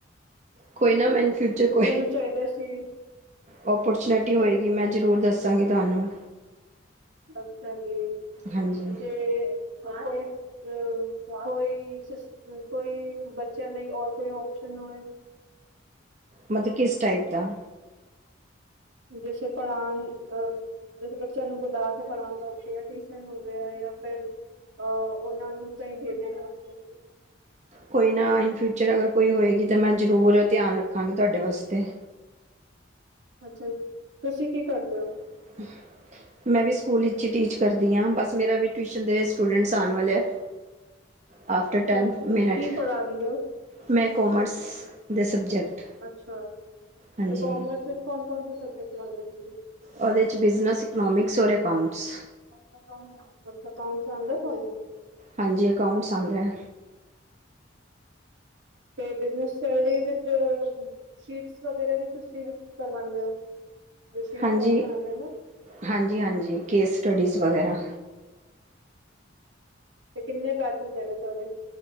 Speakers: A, on the right (about 40°); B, on the right (about 70°).
A: ਕੋਈ ਨਾ ਮੈਨੂੰ ਫਿਊਚਰ ਕੋਈ,
B: ਮੈਨੂੰ ਚਾਹੀਦਾ ਸੀ
A: ਓਪਰਚੁਨਿਟੀ ਹੋਏਗੀ,
B: ਨਹੀਂ
A: ਮੈਂ ਜਰੂਰ ਦੱ ਸਾਂਗੀ ਤੁਹਾਨੂੰ।
B: ਅੱਛਾ ਜੀ,
A: ਹਾਂਜੀ
B: ਜੇ ਕੋਈ ਅ ਕੋਈ ਸਿਸ ਕੋਈ ਬੱਚਿਆਂ ਲਈ ਔਰ ਕੋਈ ਓਪਸ਼ਨ ਹੋਵੇ।
A: ਮਤਲਬ ਕਿਸ ਟਾਈਪ ਦਾ?
B: ਜੈਸੇ ਪੜਾਨ ਅ ਜੈਸੇ ਬੱਚਿਆਂ ਨੂੰ ਬੁਲਾ ਥ ਪੜ੍ਹਾਣ ਵਾਸਤੇ ਟਿਊਸ਼ਨ ਹੁੰਦੇ ਆ, ਜਾਂ ਫਿਰ ਅਹ ਉਹਨਾਂ ਨੂੰ ਤਾਂਹੀ ਭੇਜਣ ਵਾਸਤੇ
A: ਕੋਈ ਨਾ ਇਨ ਫਿਊਚਰ ਅਗਰ ਕੋਈ ਹੋਏਗੀ ਤਾਂ ਮੈਂ ਜ਼ਰੂਰ ਧਿਆਨ ਰੱਖਾਂਗੀ ਤੁਹਾਡੇ ਵਾਸਤੇ।
B: ਅੱਛਾ! ਤੁਸੀਂ ਕੀ ਕਰਦੇ ਹੋ?
A: <unintelligible> ਮੈਂ ਵੀ ਸਕੂਲ ਵਿੱਚ ਟੀਚ ਕਰਦੀ ਆ, ਬਸ ਮੇਰਾ ਵੀ ਟਿਊਸ਼ਨ ਦੇ ਸਟੂਡੈਂਟਸ ਆਣ ਵਾਲੇ ਆ। ਆਫਟਰ
B: ਅੱਛਾ
A: ਟੈਨ ਮਿੰਨਟ
B: ਕੀ ਪੜਾਨਦੇ ਹੋ?
A: ਮੈਂ ਕੋਮਰਸ
B: ਅੱਛਾ,
A: ਦੇ ਸਬਜੈਕਟ
B: ਅੱਛਾ ਤੇ
A: ਹਾਂਜੀ
B: ਕਮਰਸ ਕੌਣ, ਕੌਣ ਸਬਜੈਕਟ ਲਾਂਦੇ ਤੁਸੀ?
A: ਉਹਦੇ 'ਚ ਬਿਜ਼ਨਸ, ਇਕਨੋਮਿਕਸ ਔਰ ਅਕਾਊਂਟਸ।
B: ਅੱਛਾ ਕੰਮ, ਅਕਾਊਂਟਸ ਆਂਦਾ ਤੁਹਾਨੂੰ।
A: ਹਾਂਜੀ ਜ਼ਅਕਾਊਂਟਸ ਆਂਦਾ ਏ।
B: ਤੇ ਬਿਜਨਸ ਸਟੱਡੀ ਵਿੱਚ, ਸ਼ੀਟਸ ਵਗੈਰਾ ਵੀ ਤੁਸੀਂ ਕਰਵਾਉਦੇ ਓ, ਸ਼ੀਟ
A: ਹਾਂਜੀ
B: ਸੋਲਵ ਕਰਾਉਦੇ ਨਾ।
A: ਹਾਂਜੀ, ਹਾਂਜੀ ਕੇਸ ਸਟੱਡੀਜ਼ ਵਗੈਰਾ।
B: ਤੇ ਕਿੰਨੇ ਬੇਚੇਸ ਹੈਗੇ ਤੁਹਾਡੇ?